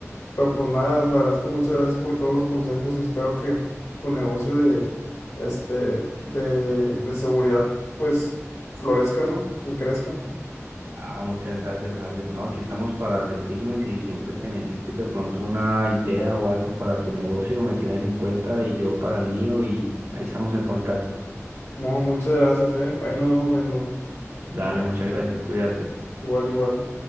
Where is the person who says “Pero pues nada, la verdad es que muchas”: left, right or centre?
Left